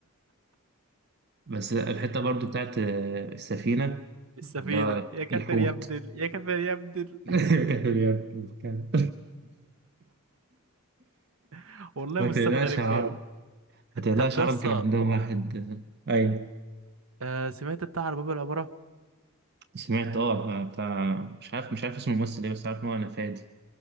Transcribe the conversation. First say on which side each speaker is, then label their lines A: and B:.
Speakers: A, on the right; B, on the right.
A: بس الحته برضو بتاعت السفينه
B: السفينه
A: اللي هو
B: يا كافر
A: الحوت
B: يا ابدل يا كافر يا ابدل
A: <laughs> كان-
B: <laughs> والله
A: ما
B: مصطفى
A: تقلقش
B: غريب
A: يا عرب
B: جامد
A: ما تقلقش
B: طب يا
A: عربي
B: اسطى
A: كان عندهم واحد آه، ايوه
B: آه، سمعت بتاع على باب العماره
A: سمعت اه بتاع مش عارف مش عارف اسم الممثل ايه بس عارف ان هو نفادي